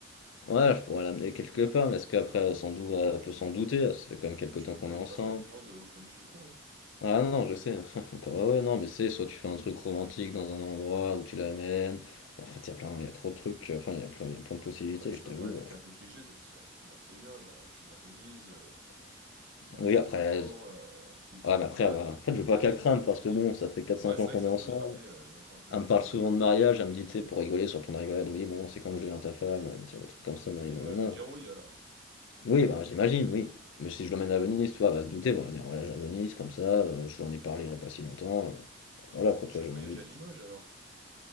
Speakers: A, on the left (about 75°); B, on the right (about 60°).
A: Ouais, je pourrais l'amener quelque part, mais est-ce qu'après, elle s'en dou- elle peut s'en douter? Ça fait quand même
B: Parce
A: quelques
B: que tu
A: temps
B: vas
A: qu'on
B: pas aller
A: est ensemble.
B: faire ta demande au flunch du coin, hein.
A: Ah non, je sais. <laughs> Ah ouais, non, mais c'est soit tu fais un truc romantique dans un endroit où tu l'amènes. Et en fait, il y a plein, il y a trop de trucs. euh, Enfin, il y a plein, il y a plein de possibilités,
B: Ouais, tu
A: je
B: peux
A: t'avoue.
B: faire les trucs
A: euh.
B: un peu clichés, c'est ça reste toujours assez bien. Genre, euh, tu vas à Venise, euh, un
A: Oui,
B: restaurant,
A: après, elle-
B: euh, ensuite petite
A: ouais, mais
B: balade,
A: après, elle en
B: et hop,
A: fait,
B: proposition.
A: je veux pas qu'elle crame parce que bon, ça fait quatre
B: Ouais,
A: cinq
B: c'est
A: ans
B: vrai
A: qu'on
B: que c'est
A: est ensemble.
B: un peu cramé, euh, les vacances à
A: Elle
B: Venise,
A: me parle souvent
B: du coup.
A: de mariage, elle me dit, tu sais, pour rigoler sur ton rigolade, oui, bon, c'est quand je deviens ta femme, tu sais, des trucs comme ça, nanani,
B: Oui,
A: nanana.
B: Bah, elle va dire oui, alors.
A: Oui, bah, j'imagine, oui. Mais si je l'emmène à Venise, tu vois, elle va se douter, bon, elle va dire voyage à Venise, comme ça, euh, je lui en ai parlé il n'y a pas si longtemps. euh, voilà,
B: Eh bah,
A: quoi,
B: petit
A: tu vois,
B: voyage
A: j'ai envie.
B: à Limoges, alors.